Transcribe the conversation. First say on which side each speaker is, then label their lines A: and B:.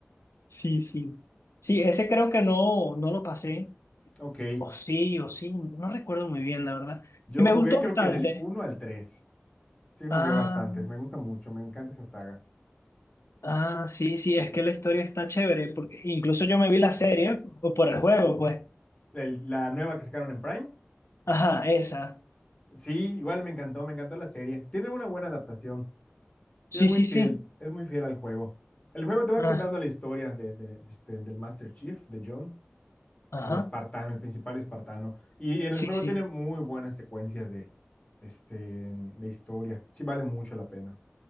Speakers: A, on the left; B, on the left.
A: Sí, sí. Sí, ese creo que no, no lo pasé.
B: Ok,
A: O sí, o sí, no recuerdo muy bien, la verdad.
B: yo
A: Y me
B: jugué
A: gustó
B: creo
A: bastante.
B: que del uno al 3. Sí, jugué
A: Ah,
B: bastantes, me gusta mucho, me encanta esa saga.
A: ah, sí, sí, es que la historia está chévere, porque incluso yo me vi la serie o por el juego, pues.
B: La, la nueva que sacaron en Prime,
A: Ajá, esa.
B: sí, igual me encantó, me encantó la serie. Tiene una buena adaptación.
A: Sí,
B: Sí, es muy
A: sí,
B: fiel,
A: sí.
B: es muy fiel al juego. El juego te va
A: Ah,
B: contando la historia de, de, este, del Master Chief, de John,
A: ajá,
B: el espartano, el principal espartano. Y en
A: sí,
B: el juego
A: sí.
B: tiene muy buenas secuencias de, este, de historia. Sí vale mucho la pena.